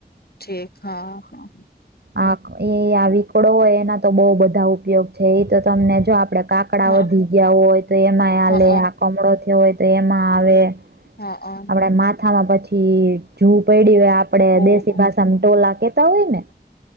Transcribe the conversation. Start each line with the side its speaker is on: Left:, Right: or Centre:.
Left: ઠીક હા હા
Right: આ એ આવી કપડો હોય એના તો બહુ બધા ઉપયોગ છે, એ તો તમને જો આપણે કા કકડાઓ
Left: હા
Right: ધી ગયા હોય તો એમાં આ
Left: હા
Right: લે આ, કમળો થયો હોય તો એમાં આવે
Left: હા હ
Right: આપડે માથામાં પછી જુ પડી હોય. આપડે
Left: ઓહો
Right: દેશી ભાષામાં ટોલા કેતા હોય ને